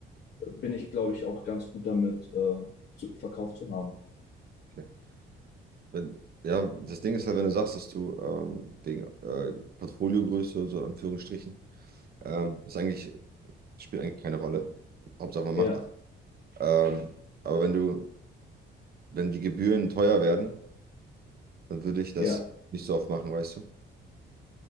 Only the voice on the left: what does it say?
äh, bin ich, glaube ich, auch ganz gut damit, äh, zu, verkauft zu haben.
Ja,
ja,